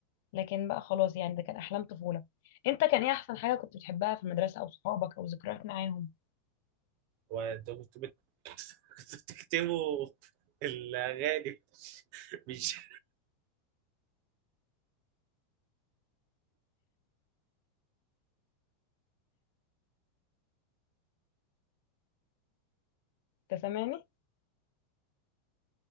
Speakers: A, on the left (about 50°); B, on the right (about 40°).
A: لكن بقى خلاص يعني ده كان أحلام طفولة أنت كان إيه أحسن حاجة كنت بتحبها في المدرسة أو صحابك أو ذكريات معاهم
B: وانتوا كنتوا بت- <laughs> كنتوا بتكتبوا الاغاني مش
A: أنت سامعني